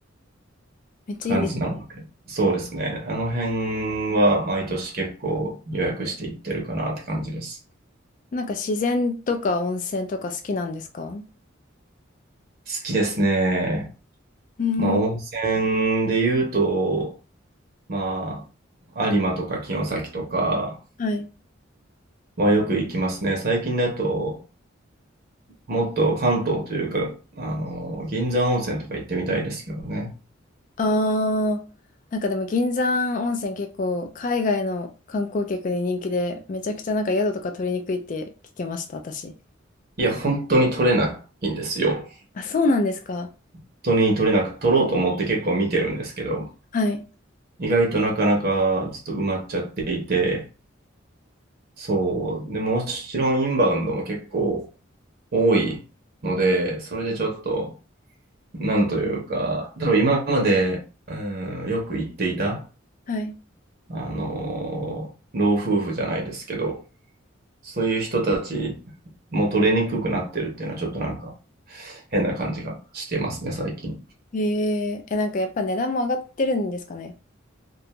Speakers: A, on the left (about 40°); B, on the right (about 50°).
A: めっちゃいいですね。
B: 感じなので、そうですね。あの辺は毎年結構予約していってるかなって感じです。
A: なんか、自然とか温泉とか好きなんですか
B: 好きですね。
A: うん。
B: まあ、温泉で言うと、まあ、有馬とか城崎とか
A: はい。
B: はよく行きますね。最近だと、もっと関東というか、あの、銀山温泉とか行ってみたいですけどね。
A: あー、なんかでも、銀山温泉結構、海外の観光客に人気で、めちゃくちゃなんか宿とか取りにくいって聞きました、私。
B: いや、本当に取れないんですよ。
A: あ、そうなんですか。
B: 本当に取れなく、取ろうと思って結構見てるんですけど、
A: はい。
B: 意外となかなかちょっと埋まっちゃっていて、そう。で、もちろんインバウンドも結構多いので、それでちょっと、なんというか、多分今まで、うん、よく行っていた、
A: はい。
B: あの、老夫婦じゃないですけど、そういう人たちも取れにくくなってるっていうのはちょっとなんか変な感じがしてますね、最近。
A: ええ、えなんかやっぱ値段も上がってるんですかね。